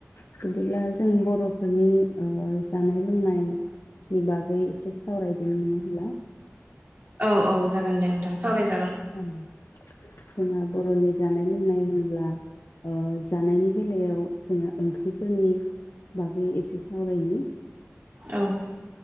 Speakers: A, on the left; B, on the right.
A: बिदिब्ला जों बर'फोरनि ओ जानाय लोंनायनि बागै एसे सावरायदों नङा होनब्ला
B: औ औ जागोन दे नोंथां सावरायजागोन
A: होनब्ला जोंहा बर'नि जानाय लोंनाय होनब्ला जानायनि बेलायाव जोंहा ओंख्रिफोरनि बागै एसे सावरायनि
B: औ